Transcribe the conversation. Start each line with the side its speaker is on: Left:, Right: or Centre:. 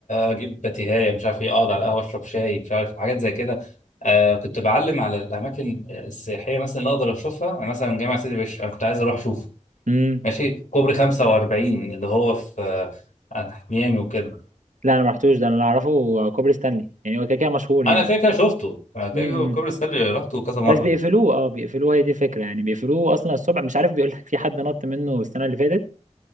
Left: اجيب باتيهايه مش عارف ايه اقعد على القهوه اشرب شاي مش عارف حاجات زي كده آه كنت بعلم على الاماكن السياحيه مثلا اللي اقدر اشوفها أنا مثلا جامع سيدي بشر انا كنت عايز اروح اشوفه
Right: امم
Left: ماشي كوبري 45 اللي هو في آه، عند حميامي وكده
Right: لا انا ما رحتوش ده انا اللي اعرفه كوبري ستانلي يعني هو كده كده مشهور
Left: انا
Right: يعني
Left: كده كده شفته انا كده
Right: امم
Left: كده كوبري ستانلي رحته كذا
Right: بس
Left: مره
Right: اه بيقفلوه اه بيقفلوه هي دي الفكره يعني بيقفلوه اصلا الصبح مش عارف بيقول لك في حد نط منه السنه اللي فاتت